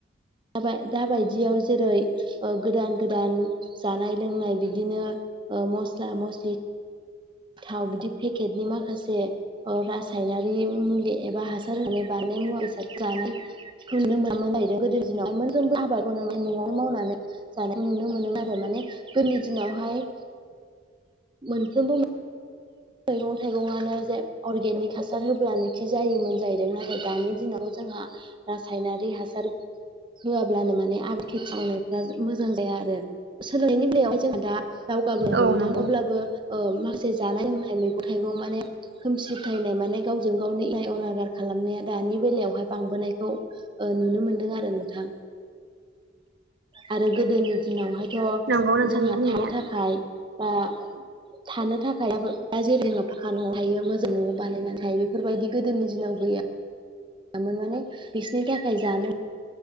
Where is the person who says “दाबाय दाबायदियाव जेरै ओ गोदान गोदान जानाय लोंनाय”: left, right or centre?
Right